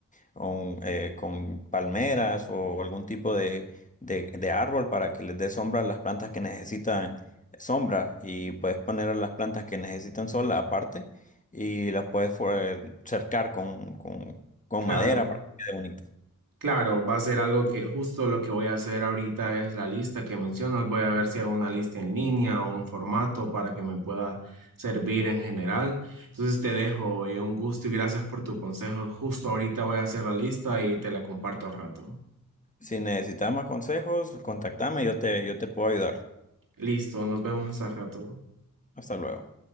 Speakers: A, on the left; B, on the right.
A: con, eh, con palmeras o algún tipo de, de- de árbol para que les dé sombra a las plantas que necesitan sombra y puedes poner a las plantas que necesitan sol aparte y las puedes fue- cercar con, con- con
B: Claro.
A: madera para que quede bonito.
B: Claro, va a ser algo que justo lo que voy a hacer ahorita es la lista que mencionas. Voy a ver si hago una lista en línea o un formato para que me pueda servir en general. Entonces te dejo, oye, un gusto y gracias por tu consejo. Justo ahorita voy a hacer la lista y te la comparto al rato.
A: Si necesitas más consejos, contactame, yo te, yo te puedo ayudar.
B: Listo, nos vemos al rato.
A: Hasta luego.